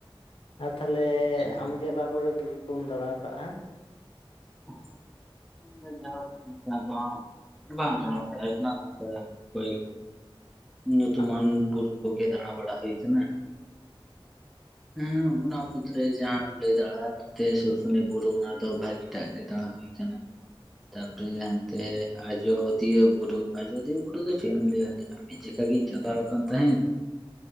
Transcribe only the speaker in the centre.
ᱟᱪᱪᱷᱟ
ᱦ <unintelligible> ᱡᱟᱭᱦᱳᱠ ᱱᱚᱝᱠᱟ ᱫᱚ ᱦᱟᱸᱜ ᱵᱟᱝ ᱨᱚᱲ ᱵᱟᱲᱟ ᱦᱩᱭᱩᱜ ᱠᱟᱱᱟ ᱱᱚᱝᱠᱟ ᱠᱚᱭ... ᱧᱩᱛᱩᱢᱟᱱ
ᱵᱩᱨᱩ ᱠᱚᱜᱮ ᱫᱟᱸᱬᱟ ᱵᱟᱲᱟ ᱦᱩᱭ ᱠᱟᱱᱟ᱾ ᱦᱮᱸ ᱚᱱᱟ ᱢᱩᱫᱽᱨᱮ ᱡᱟᱦᱟᱸᱢ ᱞᱟᱹᱭ ᱫᱟᱲᱮᱜᱼᱟ? ᱛᱮ ᱥᱩᱥᱩᱱᱤ ᱵᱩᱨᱩ ᱚᱱᱟ ᱫᱚ ᱵᱷᱟᱹᱜᱤ ᱴᱟᱜ ᱜᱮ ᱫᱟᱸᱬᱟ ᱦᱩᱭ ᱟᱠᱟᱱᱟ᱾ ᱛᱟᱯᱚᱨᱮ ᱦᱟᱱᱛᱮ ᱟᱡᱚᱫᱤᱭᱟᱹ ᱵᱩᱨᱩ ᱟᱡᱚᱫᱤᱭᱟᱹ ᱵᱩᱨᱩ ᱫᱚ ᱪᱮᱜ ᱮᱢ ᱞᱟᱹᱭᱟ.. ᱢᱤᱫ ᱡᱮᱠᱷᱟ ᱜᱤᱧ ᱪᱟᱞᱟᱣ ᱟᱠᱟᱱ ᱛᱟᱦᱮᱸᱫ